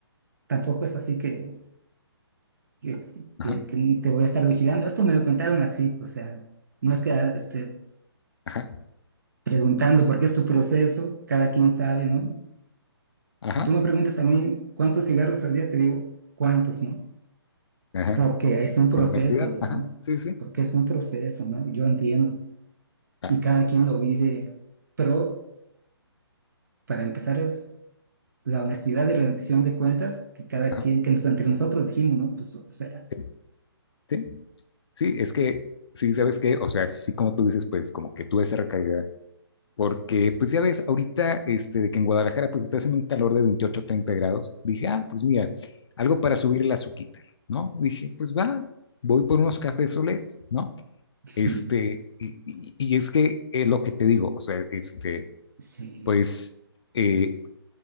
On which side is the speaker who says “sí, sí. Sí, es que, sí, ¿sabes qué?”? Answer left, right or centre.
Left